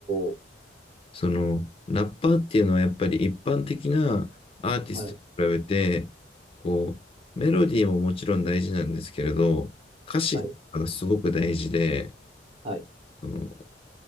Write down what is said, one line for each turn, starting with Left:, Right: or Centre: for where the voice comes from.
Right: お、
Left: その、ラッパーっていうのはやっぱり一般的なアーティストと比べて、
Right: はい、
Left: こう、メロディーももちろん大事なんですけれど、歌詞がすごく大事で、
Right: はい、はい、
Left: その